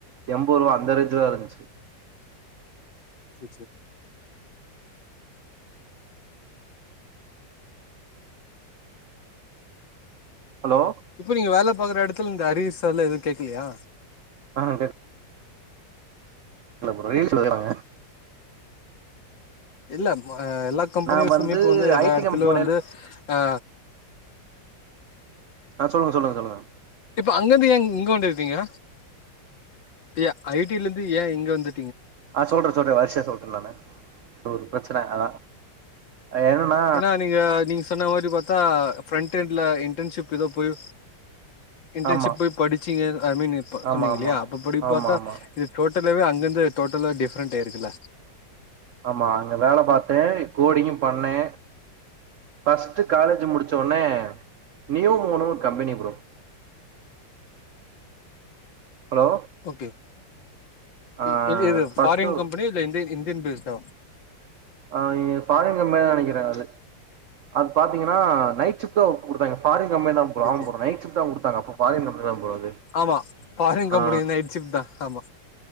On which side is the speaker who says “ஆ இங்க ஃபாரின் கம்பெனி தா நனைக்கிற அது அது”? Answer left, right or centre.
Right